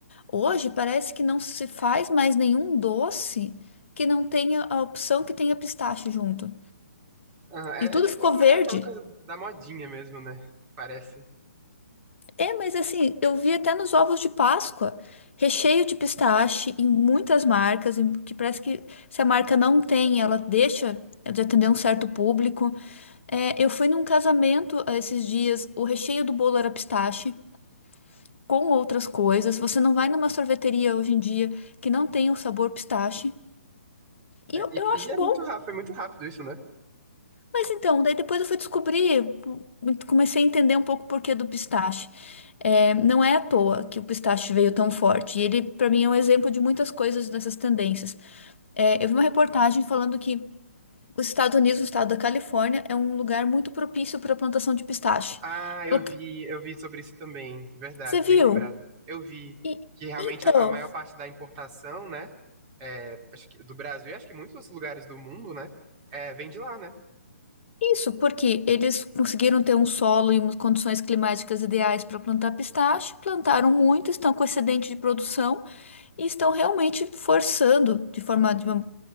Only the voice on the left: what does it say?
Hoje parece que não se faz mais nenhum doce que não tenha a opção que tenha pistache junto.
E tudo
ficou verde.
É, mas assim, eu vi até nos ovos de Páscoa, recheio de pistache em muitas marcas, em- que parece que se a marca não tem, ela deixa de atender um certo público. É, eu fui num casamento eh, esses dias, o recheio do bolo era pistache, com outras coisas. Você não vai numa sorveteria hoje em dia que não tem o sabor pistache.
E eu,
eu acho
bom.
Mas então, daí depois eu fui descobrir, hum, comecei a entender um pouco o porquê do pistache. É, não é à toa que o pistache veio tão forte. E ele, para mim, é um exemplo de muitas coisas dessas tendências. É, eu vi uma reportagem falando que os Estados Unidos, o estado da Califórnia, é um lugar muito propício para a plantação de pistache.
Falou,
Você viu?
E-
então,
isso porque eles conseguiram ter um solo e umas condições climáticas ideais para plantar pistache, plantaram muito, estão com excedente de produção. e estão realmente forçando de forma de, uma-